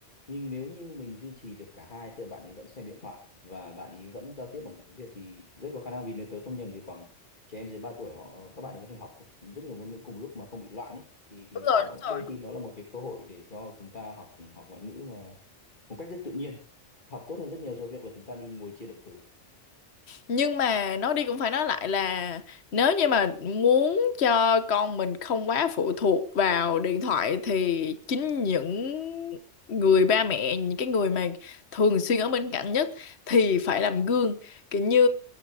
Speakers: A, on the left; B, on the left.
A: nhưng nếu như mình duy trì được cả hai tức là bạn ấy vẫn xem điện thoại và bạn ấy vẫn giao tiếp bằng tiếng Việt thì rất có khả năng vì nếu tớ không nhầm thì khoảng trẻ em dưới 3 tuổi họ các bạn ấy có thể học rất nhiều ngôn ngữ cùng lúc mà không bị loạn ấy thì thì
B: đúng rồi
A: nó
B: đúng
A: đôi
B: rồi
A: khi nó là một cái cơ hội để cho chúng ta học học ngoại ngữ mà một cách rất tự nhiên học tốt hơn rất nhiều so với việc là chúng ta đi ngồi chia động từ
B: nhưng mà nói đi cũng phải nói lại là nếu như mà muốn cho con mình không quá phụ thuộc vào điện thoại thì chính những người ba mẹ những cái người mà thường xuyên ở bên cạnh nhất thì phải làm gương kiểu như